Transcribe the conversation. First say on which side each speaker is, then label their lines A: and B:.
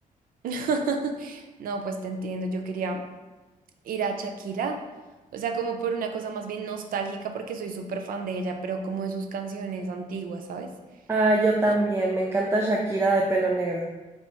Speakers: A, on the right; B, on the right.
A: <laughs> No, pues te entiendo, yo quería... ir a Shakira, o sea, como por una cosa más bien nostálgica, porque soy súper fan de ella, pero como de sus canciones antiguas, ¿sabes?
B: Ah, yo también.
A: Y
B: Me encanta Shakira de pelo negro.